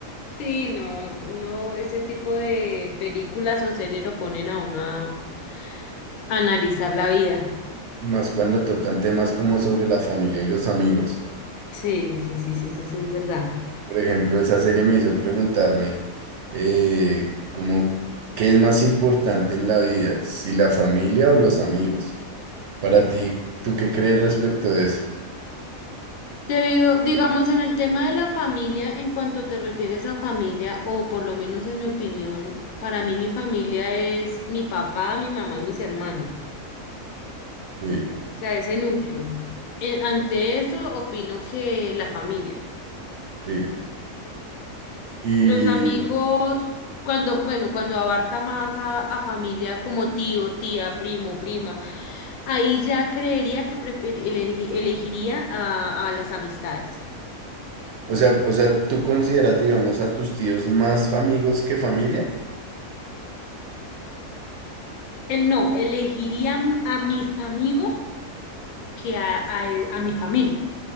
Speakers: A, on the left (about 80°); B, on the right (about 65°).
A: sí, no, uno, ese tipo de películas o series lo ponen a uno a, a analizar la vida.
B: Y más cuando tocan temas como sobre la familia y los amigos.
A: Sí, sí, sí, sí, eso sí es verdad.
B: Por ejemplo, esa serie me hizo preguntarme eh, como, ¿qué es más importante en la vida? ¿Si la familia o los amigos? Para ti, ¿tú qué crees respecto de eso?
A: Debido, digamos, en el tema de la familia, en cuanto te refieres a familia, o por lo menos en mi opinión, para mí mi familia es mi papá, mi mamá y mis hermanos.
B: Sí,
A: O sea, ese núcleo. Eh, ante eso, opino que la familia.
B: sí. Y,
A: Los amigos, cuando, bueno, cuando abarca más a, a familia como tío, tía, primo, prima, ahí ya creería que prefer- elegi- elegiría a, a las amistades.
B: o sea, o sea, ¿tú consideras, digamos, a tus tíos más amigos que familia?
A: Él no, elegiría m- a mis amigos que a, a e- a mi familia.